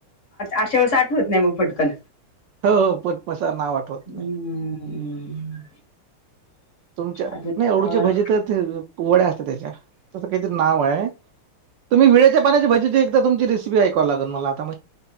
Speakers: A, on the left; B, on the right.
A: अशे वेळेस आठवत नाही मग पटकन.
B: हो पटमसा ना आठवत
A: हम्म
B: नाही. तुमच्या
A: अजून
B: नाही आवढूचे भजे तर. वड्या असत त्याच्या तसं काहीतरी नाव आहे तुम्ही विळेच्या पाण्याची भजी एकदा तुमची. र ऐ म इं